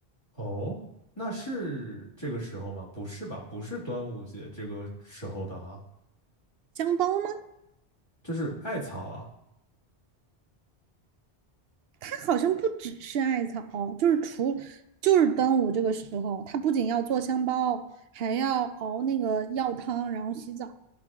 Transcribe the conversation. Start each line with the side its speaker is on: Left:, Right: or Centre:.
Left: 哦，那是这个时候吗？不是吧？不是端午节这个时候的哈，
Right: 香包吗？
Left: 就是艾草啊。
Right: 它好像不只是艾草，就是除就是端午这个时候，它不仅要做香包，还要熬那个药汤，然后洗澡。